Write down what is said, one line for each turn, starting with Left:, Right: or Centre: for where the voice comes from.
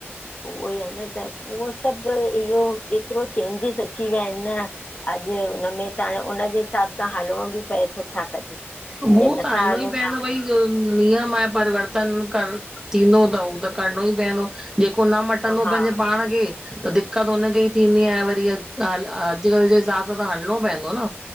Left: उहो ई आ न त उहो सभु इहो एतिरो चेंजिस अची विया आहिनि न, अॼु हुनमें त हाणे उनजे हिसाब सां हलिणो बि पए थो छा कजे,
Right: उहो
Left: जे नथा
Right: हलिणो
Left: हलूं
Right: ई पवंदो
Left: था वरी
Right: भई त नियम आय परिवर्तन कर थींदो त हू त करिणो ई पयदो। ॼेको न मटंदो
Left: हा हा
Right: पंहिंजे पाण खे त दिक़त हुनखे ई थींदी आहे वरी अॼुकल्ह जे हिसाब सां त हलणो पयदो न।